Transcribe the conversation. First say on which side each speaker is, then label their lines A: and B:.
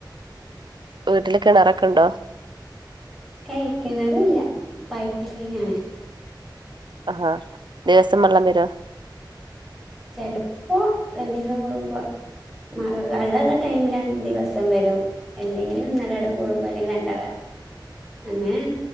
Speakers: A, on the right (about 70°); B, in the centre.
A: വീട്ടില് കെണറക്കൊണ്ടോ?
B: ഏയ് കിണറില്ല പൈപ്പ് ലൈനാണ്.
A: ആഹാ ദെവസം വെള്ളം വരോ?
B: ചെലപ്പോ രണ്ടീസം കൂടുമ്പ മൾ വെള്ള ഒള്ള ടൈമിലാണ് ദിവസം വരും അല്ലെങ്കില് ഒന്നിരാട കൂടുമ്പ അല്ലെങ്കിൽ രണ്ടട അങ്ങനെ